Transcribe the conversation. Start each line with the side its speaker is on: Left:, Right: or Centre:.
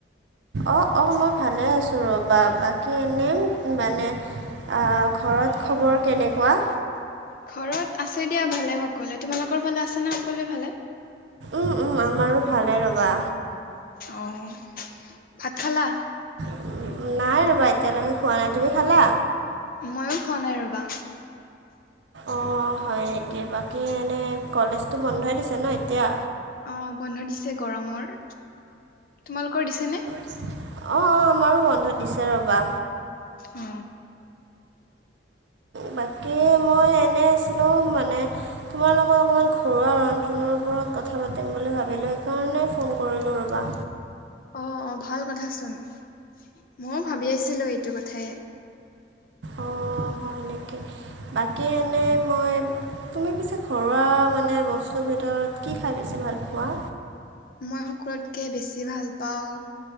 Right: অ', অ' মই ভালে আছো ৰ'বা। বাকী এনে মানে আ ঘৰত খবৰ কেনেকুৱা?
Left: ঘৰত আছে দিয়া ভালে সকলোৱে। তোমালোকৰ ফালে আছে না সকলোৱে ভালে?
Right: উম, উম আমাৰো ভালে ৰবা।
Left: অঁ ভাত খালা?
Right: উম, নাই ৰ'বা এতিয়ালৈকে খোৱা নাই। তুমি খালা?
Left: ময়ো খোৱা নাই ৰ'বা।
Right: অঁ হয় নেকি, বাকী এনেই কলেজটো বন্ধই দিছে ন এতিয়া?
Left: অঁ বন্ধ দিছে গৰমৰ, তোমালোকৰ দিছেনে?
Right: অ, ' অ' আমাৰো বন্ধ দিছে ৰবা।
Left: অ
Right: বাকী এই মই এনে আছিলোঁ মানে তোমাৰ লগত অকণমান ঘৰুৱা ৰন্ধনৰ ওপৰত কথা পাতিম বুলি ভাবিলোঁ, সেইকাৰণে ফোন কৰিলোঁ ৰ'বা।
Left: অঁ, অঁ ভাল কথাচোন, ময়ো ভাবি আছিলোঁ এইটো কথাই।
Right: অ' হয় নেকি? বাকী এনেই মই, তুমি পিছে ঘৰুৱা মানে বস্তুৰ ভিতৰত কি খাই বেছি ভালপোৱা?
Left: মই সকলোতকৈ বেছি ভাল পাওঁ